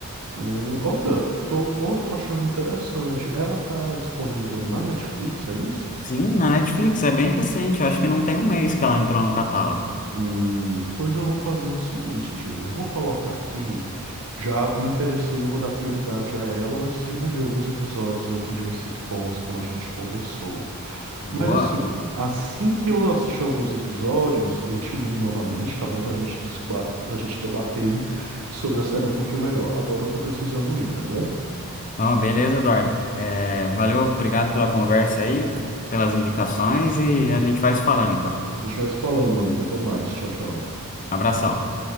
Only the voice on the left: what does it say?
Sim, na Netflix, é bem recente, eu acho que não tem um mês que ela entrou no catálogo.
Boa.
Ó, beleza, Eduardo. É, valeu, obrigado pela conversa aí, pelas indicações e
a gente vai se falando então.
Abração.